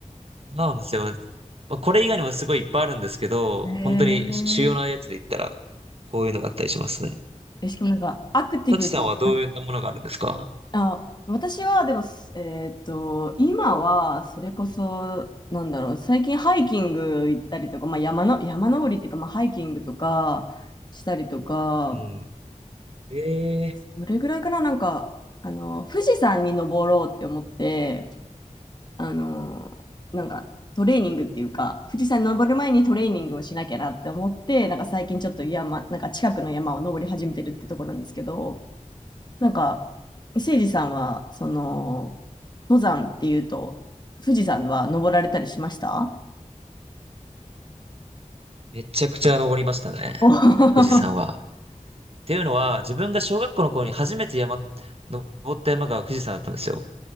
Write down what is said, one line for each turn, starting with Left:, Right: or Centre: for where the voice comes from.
Right: そうなんですよ。まあ、これ以外にもすごいいっぱいあるんですけど、
Left: へえ。
Right: 本当に主要なやつで言ったら、こういうのがあったりしますね。
Left: えしかもなんか、アクティブも。
Right: サチさんはどういうものがあるんですか
Left: うんあ、私は、でも、すえっと、今は、それこそ、なんだろう、最近ハイキング行ったりとか、まあ、山の、山登りっていうか、まあ、ハイキングとか、したりとか、
Right: うん。ええ
Left: どれぐらいかな、なんか、あの、富士山に登ろうって思って、あの、なんかトレーニングっていうか、富士山に登る前にトレーニングをしなきゃなって思って、なんか最近ちょっと山、なんか近くの山を登り始めてるってところなんですけど、なんか、誠司さんは、その、登山っていうと、富士山は登られたりしました
Right: めちゃくちゃ登りましたね。
Left: お
Right: 富士山は。っていうのは、自分が小学校の頃に初めて山、登った山が富士山だったんですよ。